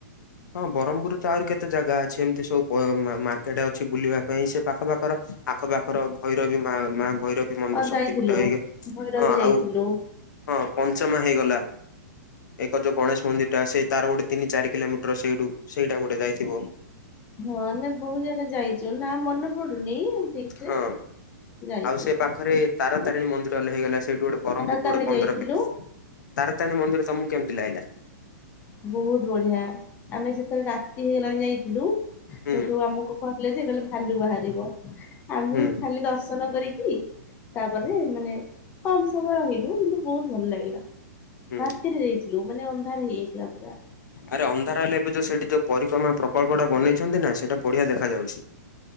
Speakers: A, on the left; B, on the left.
A: ହଁ ବ୍ରହ୍ମପୁରରେ ତ ଆଉରି କେତେ ଜାଗା ଅଛି ଏମିତି ସବୁ ମାର୍କେଟ ଅଛି ବୁଲିବା ପାଇଁ ସେ ପାଖ ପାାଖର ଆଖପାଖର ଭୈରବି ମା-ମା ଭୈରବି ମନ୍ଦିର
B: ହଁ
A: ଶକ୍ତିପୀଠ
B: ଯାଇଥିଲୁ
A: ହାଇଗଲା।
B: ଭୈରବୀ
A: ହଁ ଆଉ
B: ଯାଇଥିଲୁ।
A: ହଁ ପଞ୍ଚମା ହେଇଗଲା ଏକ ଯୋଉ ଗଣେଶ ମନ୍ଦିରଟା ସେଇ ତାର ଗୋଟେ ତିନି, ଚାରି, କିଲୋମିଟର ସେଇଠୁ ସେଇଟା ଗୋଟେ ଯାଇଥିବ।
B: ହଁ, ଆମେ ବହୁତ ଜାଗା ଯାଇଛୁ ନା ମନେ ପଡୁନି ଠିକ୍ ସେ
A: ହଁ।
B: ଯାଇଛୁ।
A: ଆଉ ସେ ପାଖରେ ତାରାାତିଣୀ ମନ୍ଦିର ହେଲେ ହେଇଗଲା, ସେଇଠୁ ଗୋଟ ବରମହ୍ମପୁର
B: ତାରାତାରିଣୀ
A: ଠୁ ଗୋଟେ ପନ୍ଦର
B: ଯାଇଥିଲୁ
A: ତାରାତାରିଣୀ ମନ୍ଦିର ତମକୁ କେମିତି ଲାଗିଲା?
B: ବହୁତ ବଢିଆ, ଆମେ ସେତେବେଳେ ରାତି ହେଇଗଲାଣି ଯାଇଥିଲୁ।
A: ହୁଁ
B: ସେଠୁ ଆମକୁ କହିଲେ ଯେ କହିଲେ ଭାଲୁ ବାହାରିବ ଆମେ
A: ହୁଁ
B: ଖାଲି ଦର୍ଶନ କରିକି ତାପରେ ମାନେ କମ ସମୟ ରହିଲୁ, କିନ୍ତୁ ବହୁତ ଭଲ ଲାଗିଲା।
A: ହୁଁ
B: ରାତିରେ ଯାଇଥିଲୁ ମାନେଅନ୍ଧାର ତାର ହେଇଯାଇଥିଲା ପୁରା
A: ଆରେ, ଅନ୍ଧାର ହେଲେ ଏବେ ଯୋଉ ସେଠି ଯୋଉ ପରିକ୍ରମା ପ୍ରକଳ୍ପଟା ବନେଇଛନ୍ତି ନା, ସେଇଟା ବଢିଆ ଦେଖାଯାଉଛି।